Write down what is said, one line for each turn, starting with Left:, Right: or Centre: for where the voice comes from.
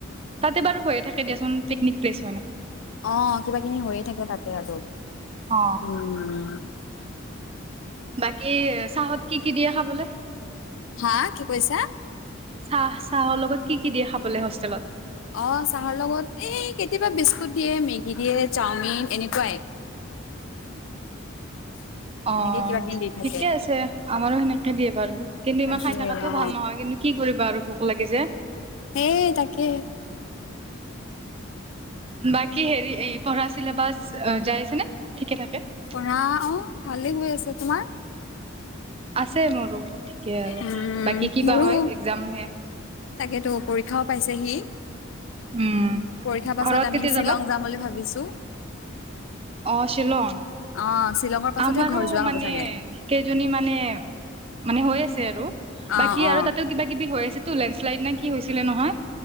Right: তাতে বাৰু হৈয়ে থাকে দিয়াচোন পিকনিক পেলছ
Left: অ কিবা কিনি হৈয়ে থাকে তাতে আৰু
Right: অ
Left: উম
Right: বাকী চাহত কি কি দিয়ে খাবলৈ
Left: হা কি কৈছা
Right: চাহ চাহৰ লগত কি কি দিয়ে খাবলৈ হোষ্টেলত
Left: অ চাহৰ লগত এই কেতিয়াবা বিস্কুট দিয়ে মেগী দিয়ে চাওমিন এনেকুৱাই <unintelligible>
Right: অ
Left: কিবা কিনি দি থাকে।
Right: ঠিকে আছে আমাৰো সেনেকে দিয়ে বাৰু কিন্তু
Left: তাকে
Right: ইমান খাই থকাটোও
Left: অ
Right: ভাল নহয় কিন্তু কি কৰিবা আৰু ভোক লাগে যে
Left: সেই তাকে
Right: <unintelligible>
Left: পঢ়া অ ভালে আছে। তোমাৰ
Right: আছে মোৰো ঠিকে আৰু
Left: উম
Right: বাকী কিবা
Left: মোৰো
Right: হয় একজাম হে
Left: তাকেতো পৰীক্ষাও পাইছেহি
Right: উম
Left: পৰীক্ষাৰ পাছত
Right: ঘৰত
Left: আমি
Right: কেতিয়া
Left: শ্বিলং
Right: যাবা
Left: যাম বুলি ভাবিছো
Right: অ শ্বিলং
Left: অ শ্বিলঙৰ পাছতহে
Right: আমাৰো
Left: ঘৰ যোৱা
Right: মানে
Left: হ'ব চাগে।
Right: কেইজনী মানে মানে হৈ আছে আৰু
Left: অ
Right: বাকী
Left: অ
Right: আৰু তাতে কিবা কিবি হৈ আছে তো লেণ্ডশ্লাইড নে কি ছিলে নহয়